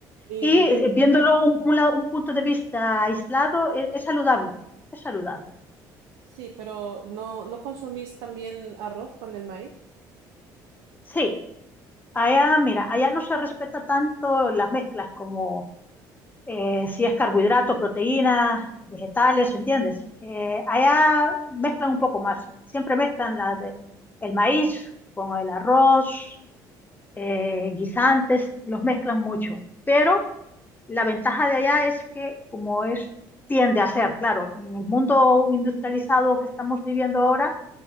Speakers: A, on the right; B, on the left.
A: Y
B: Y eh, viéndolo un, un la- un punto de vista aislado, e- es saludable, es saludable.
A: sí, pero ¿no, no consumís también arroz con el maíz?
B: Sí, allá, mira, allá no se respeta tanto las mezclas como eh, si es carbohidrato, proteínas, vegetales, ¿entiendes? Eh, allá mezclan un poco más, siempre mezclan la de, el maíz con el arroz, eh, guisantes, los mezclan mucho, pero la ventaja de allá es que como es, tiende a ser, claro, en el mundo industrializado que estamos viviendo ahora,